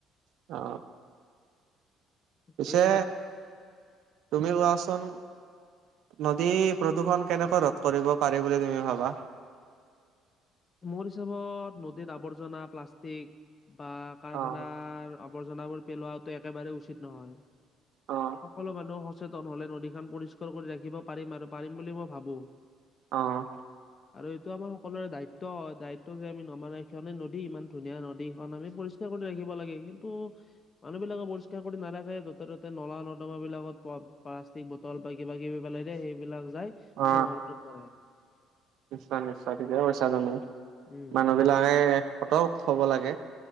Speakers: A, on the right (about 70°); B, on the left (about 35°).
A: অ।
B: ঠিকে
A: পিছে
B: কৈছা।
A: তুমি কোৱাচোন নদী প্ৰদূষণ কেনেকৈ ৰোধ কৰিব পাৰি বুলি তুমি ভাবা?
B: মোৰ হিচাপত নদীৰ আৱৰ্জনা, প্লাষ্টিক বা কাৰখানাৰ
A: অ',
B: আৱৰ্জনাবোৰ পেলোৱাওতে একেবাৰে উচিত নহয়।
A: অ',
B: সকলো মানুহ স সচেতন হ'লে নদীখন পৰিষ্কাৰ কৰি ৰাখিব পাৰিম আৰু পাৰিম বুলি মই ভাবো।
A: অ',
B: আৰু এইটো আমাৰ সকলোৰে দায়িত ত দায়িত্ব যে আমি নমৰাই কাৰণে নদী ইমান ধুনীয়া নদী সেইখন আমি পৰিষ্কাৰ কৰি ৰাখিব লাগে, কিন্তু মানুহ বিলাকে পৰিষ্কাৰ কৰি নাৰাখে। য'তে ত'তে নলা নৰ্দমাবিলাকত প প্লাষ্টিক বটল ব কিবা-কিবি পেলাই দিয়ে, সেইবিলাক যাই
A: অ
B: ব্ৰহ্মপুত্ৰত পৰে
A: নিশ্চয়, নিশ্চয়। ঠিকে কৈছা তুমি।
B: উম
A: মানু্হবিল বিলাহে সতৰ্ক হ'ব লাগে